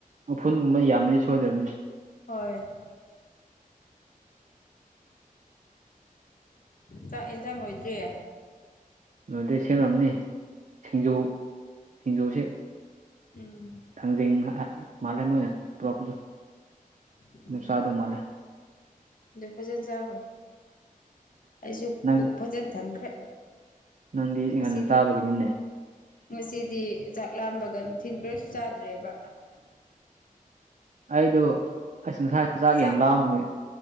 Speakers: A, on the right; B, on the left.
A: ꯎꯐꯨꯟꯒꯨꯝꯕ ꯌꯥꯝꯃꯔꯤ ꯁꯣꯏꯗꯕꯅꯤ
B: ꯍꯣꯏ ꯆꯥꯛ ꯏꯟꯖꯥꯡ ꯂꯣꯏꯗ꯭ꯔꯤ
A: ꯑꯗꯨꯗꯩ ꯁꯦꯝꯃꯝꯅꯤ ꯁꯤꯡꯖꯨ ꯁꯤꯡꯖꯨꯁꯦ
B: ꯎꯝ
A: ꯊꯥꯡꯖꯤꯡ ꯃꯥꯜꯂꯦ ꯃꯣꯏꯅ ꯄꯣꯔꯛꯄꯗꯣ
B: ꯎꯝ
A: ꯅꯨꯆꯥꯗ ꯃꯥꯜꯂꯦ
B: ꯑꯗꯨ ꯐꯖꯟ ꯆꯥꯒꯔꯣ ꯑꯩꯁꯨ
A: ꯅꯪ
B: ꯄꯨꯛ ꯐꯖꯟ ꯊꯟꯈ꯭ꯔꯦ
A: ꯅꯪꯗꯤ ꯉꯥꯟꯅꯥ
B: ꯉꯁꯤꯗꯤ
A: ꯆꯥꯕꯒꯤꯅꯤꯅꯦ
B: ꯉꯁꯤꯗꯤ ꯆꯥꯛ ꯂꯥꯝꯕꯒꯥ ꯅꯨꯡꯊꯤꯟ ꯀꯔꯤꯁꯨ ꯆꯥꯗ꯭ꯔꯦꯕꯥ
A: ꯑꯗꯨ ꯑꯁ ꯉꯁꯥꯏ
B: ꯆꯥꯛ
A: ꯌꯥꯝ ꯂꯥꯝꯕꯒꯤ